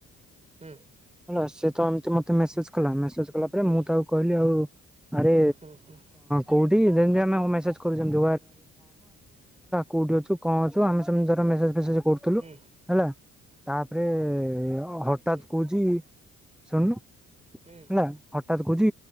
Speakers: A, on the right; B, in the centre.
A: ହୁଁ,
B: ହେଲା ସେ ତ ଏମତି ମତେ ମେସେଜ୍ କଲା ମେସେଜ କଲା ପରେ
A: ହୁଁ ହୁଁ
B: ମୁଁ ତାକୁ କହିଲି ଆଉ ଆରେ
A: ହୁଁ ହୁଁ ହୁଁ। ହୁଁ
B: କୋଉଠି ଯେମିତି ଆମେ ମେସେଜ କରୁଛନ୍ତି କୋଉଠିଅଛୁ କଣଅଛୁ ଆମେସେମିତି ଧର ମେସେଜ ଫେସେଜ କରୁଥିଲୁ
A: ହୁଁ।
B: ହେଲା ତାପରେ ହଠାତ
A: ହୁଁ
B: କହୁଛି ଶୁଣନୁ
A: ହୁଁ
B: ହେଲା ହଠାତ କହୁଛି